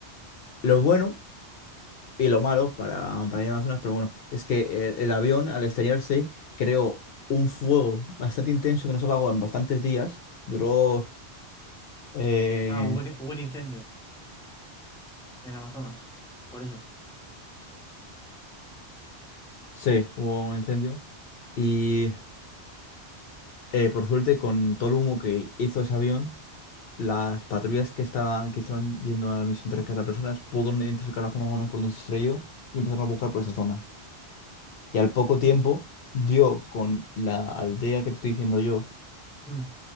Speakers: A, on the left; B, in the centre.
A: Lo bueno Y lo malo para, para ir a Amazonas, pero bueno, es que eh, el, avión al estrellarse creó un fuego bastante intenso que no se apagó en bastantes días. Duró, eh,
B: Ah, hubo, un- hubo un incendio en el Amazonas. Por eso.
A: sí, hubo un incendio. Y eh, por suerte, con todo el humo que hizo ese avión, las patrullas que estaban, que estaban yendo a la misión de rescate a personas pudieron identificar la zona menos por donde se estrelló y empezaron a buscar por esa zona. Y al poco tiempo dio con la aldea que te estoy diciendo yo
B: Mm.